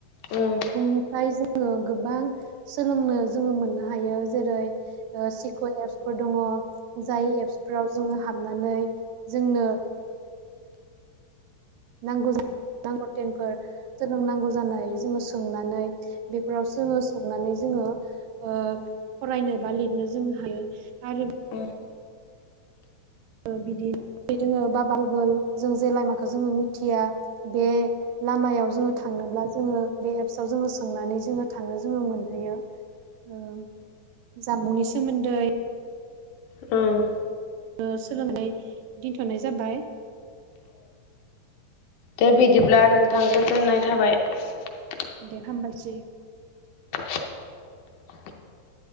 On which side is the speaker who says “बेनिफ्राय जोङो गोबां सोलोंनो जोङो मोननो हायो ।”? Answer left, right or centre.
Right